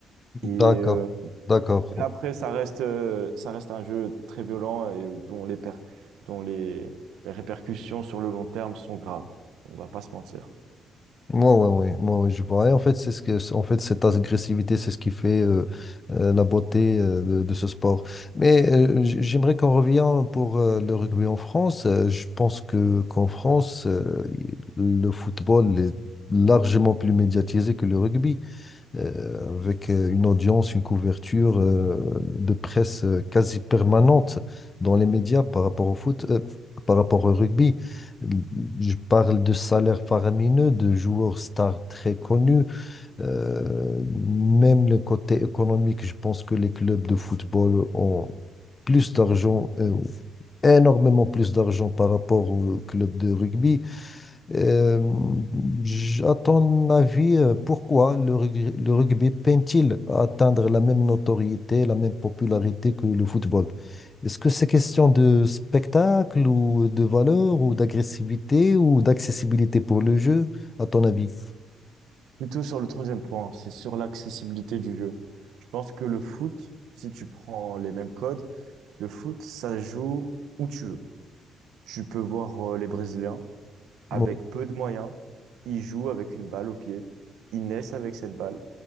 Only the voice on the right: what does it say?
Et euh,
mais après, ça reste, euh, ça reste un jeu très violent et dont les, per- dont les, les répercussions sur le long terme sont graves. On va pas se mentir.
Plutôt sur le troisième point, c'est sur l'accessibilité du jeu. Je pense que le foot, si tu prends les mêmes codes, le foot, ça joue où tu veux. Tu peux voir euh, les Brésiliens avec
peu de moyens. Ils jouent avec une balle au pied. Ils naissent avec cette balle.